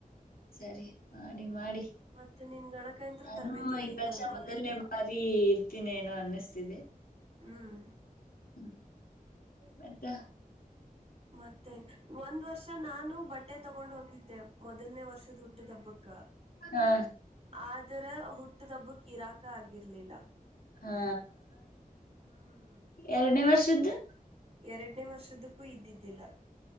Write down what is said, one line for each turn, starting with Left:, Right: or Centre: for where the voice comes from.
Left: ಸರಿ ಮಾಡಿ ಮಾಡಿ
Right: ಮತ್ತೆ ನಿನ್ ಗಣಕಯಂತ್ರ
Left: ನಾನು
Right: ತರಬೇತಿ ಎಲ್ಲಿಗ್
Left: ಈ ವರ್ಷ
Right: ಬಂತು
Left: ಮೊದಲನೇ ಬಾರಿ ಇರ್ತೀನಿ ಏನೋ ಅನ್ನಿಸ್ತಿದೆ
Right: ಹ್ಮ್
Left: ಹ್ಮ ಮತ್ತ
Right: ಮತ್ತೆ ಒಂದ್ ವರ್ಷ ನಾನು ಬಟ್ಟೆ ತಗೊಂಡ್ ಹೋಗಿದ್ದೆ ಮೊದಲ್ನೇ ವರ್ಷದ ಅಟ್ಟುದಬ್ಬಕ
Left: ಹಾ
Right: ಆದರ ಹುಟ್ಟಿದಬ್ಬ ಕಿರಾಕ ಆಗಿರ್ಲಿಲ್ಲ
Left: ಹಾ
Right: ಹ್ಮ್
Left: ಎರಡನೇ ವರ್ಷದ್ದು
Right: ಎರಡನೇ ವರ್ಷದಕ್ಕೂ ಇದ್ದಿದ್ದಿಲ್ಲ